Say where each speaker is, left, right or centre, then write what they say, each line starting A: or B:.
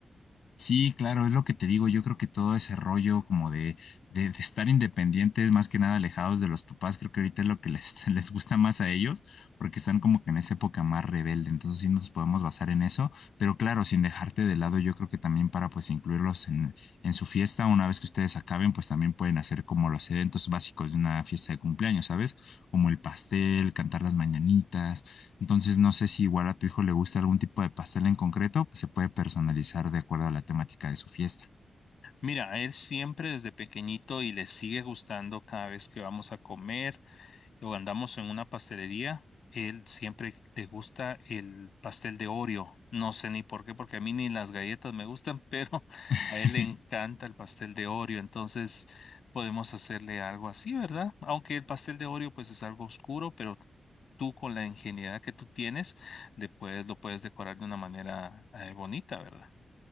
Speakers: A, on the left; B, on the left.
A: Sí, claro, es lo que te digo. Yo creo que todo ese rollo como de, de, de estar independientes, más que nada alejados de los papás, creo que ahorita es lo que les, <laughs> les gusta más a ellos, porque están como que en esa época más rebelde. Entonces sí nos podemos basar en eso, pero claro, sin dejarte de lado, yo creo que también para pues incluirlos en, en su fiesta, una vez que ustedes acaben, pues también pueden hacer como los eventos básicos de una fiesta de cumpleaños, ¿sabes? Como el pastel, cantar las mañanitas entonces, no sé si igual a tu hijo le gusta algún tipo de pastel en concreto, pues se puede personalizar de acuerdo a la temática de su fiesta.
B: Mira, a él siempre desde pequeñito y le sigue gustando cada vez que vamos a comer. o andamos en una pastelería, él siempre le gusta el pastel de Oreo. No sé ni por qué, porque a mí ni las galletas me gustan, pero <laughs>
A: <laughs>
B: a él le encanta el pastel de Oreo. Entonces podemos hacerle algo así, ¿verdad? Aunque el pastel de Oreo pues es algo oscuro, pero tú con la ingenuidad que tú tienes, le puedes, lo puedes decorar de una manera eh, bonita, ¿verdad?